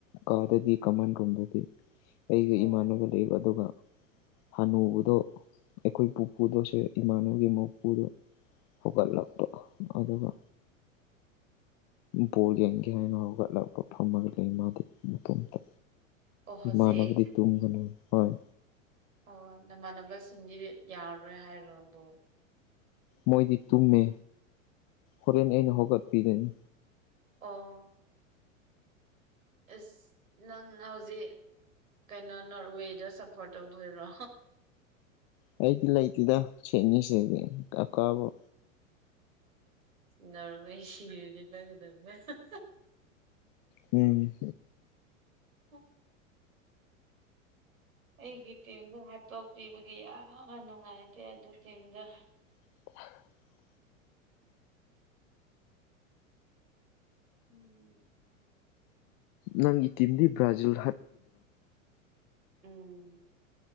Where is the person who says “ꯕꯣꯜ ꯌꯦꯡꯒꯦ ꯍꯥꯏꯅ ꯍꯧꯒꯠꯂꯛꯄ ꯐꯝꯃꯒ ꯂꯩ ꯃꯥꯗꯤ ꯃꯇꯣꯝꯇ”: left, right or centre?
Left